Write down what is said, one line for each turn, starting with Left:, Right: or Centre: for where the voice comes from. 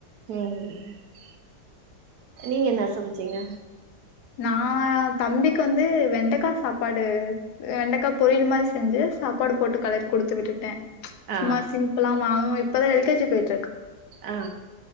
Right: ம் நீங்க என்ன சமைச்சீங்க
Left: நா தம்பிக்கு வந்து வெண்டக்கா சாப்பாடு வெண்டக்கா பொரியல் மாரி செஞ்சு சாப்பாடு போட்டு களறி கொடுத்து விட்டுட்டே
Right: ஆ
Left: சும்மா சிம்பிளா வாங்கு இப்பதா எல் கே ஜி போய்
Right: ஆ